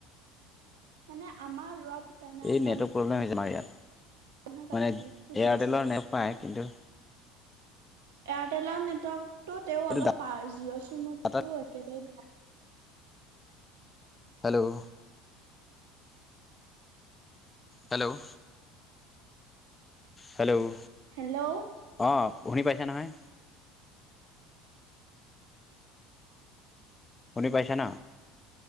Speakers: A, on the right (about 75°); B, on the left (about 20°).
A: মানে আমাৰ ৰোৱা পুতা নাই
B: এই
A: আমাৰ
B: নেটৱৰ্ক প্ৰব্লেম হৈছে আমাৰ ইয়াত।
A: মাহে পাতি
B: মানে এয়াৰটেলৰ
A: পুতি আছে
B: নাপায় কিন্তু
A: এয়াৰটেলৰ নেটৱৰ্কটো তেও
B: এইটো
A: অলপ পায় জিঅ' চিমততো
B: ডাটা
A: একেবাৰে বেয়া।
B: হেল্ল'! Hello hello!
A: হেল্ল'!
B: অ শুনি পাইছা নহয়? শুনি পাইছা ন।